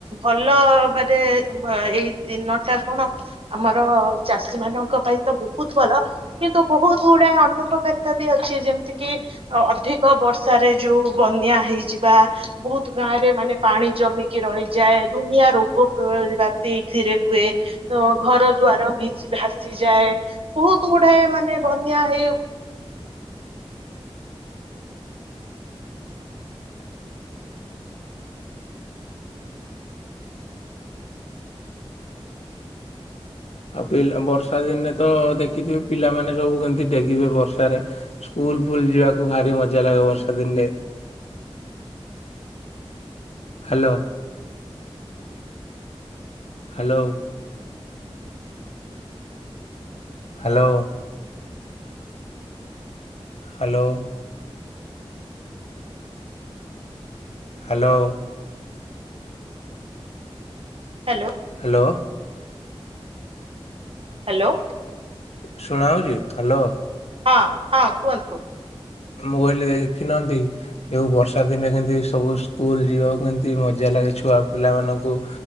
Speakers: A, on the right; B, on the left.
A: ଭଲ ବାଦେ ଭ ଏହି ଦିନ ଟା କଣ? ଆମର ଚାଷୀ ମାନଙ୍କ ପାଇ ତ ବହୁତ ଭଲ। କିନ୍ତୁ ବହୁତ ଗୁଡାଏ ଅନୁପକାର୍‌ତା ବି ଅଛି ଯେମ୍‌ତି କି ଅ ଅଧିକ ବର୍ଷାରେ ଯୋଉ ବନ୍ୟା ହେଇଯି ବା ବହୁତ ଗାଁ ରେ ମାନେ ପାଣି ଜମିକି ରହିଯାଏ ଦୁନିଆ ରୋଗ ପ୍ରରିବା ତେଇଥିରେ ହୁଏ ତ ଘର ଦ୍ଵାର ଭିଜି ଭାସିଯାଏ। ବହୁତ ଗୁଡ଼ାଏ ମାନେ ବନ୍ୟା ହେଇ
B: ଆଉ ପିଲ୍‌ବର୍ଷା ଦିନେ ତ ଦେଖିଥିବେ ପିଲାମାନେ ସବୁ କେମ୍ ତି ଡେଗିବେ ବର୍ଷାରେ। ସ୍କୁଲ ଫୁଲ ଯିଆକୁ ଭାରି ମଜା ଲାଗେ ବର୍ଷା ଦିନ୍‌ରେ hello. Hello. Hello. Hello. Hello.
A: Hello.
B: Hello.
A: Hello.
B: ଶୁଣା ଯାଉଚି ହାଲୋ।
A: ହଁ ହଁ କୁହନ୍ତୁ।
B: ମୋବାଇଲ୍ ରେ ଯାଇ ଦେଖି ନାହାନ୍ତି? ଯୋଉ ବର୍ଷା ଦିନେ କେମତି ସବୁ ସ୍କୁଲ ଯିବାକୁ କେମତି ମଜା ଲାଗେ ଛୁଆ ପିଲାମାନଙ୍କୁ।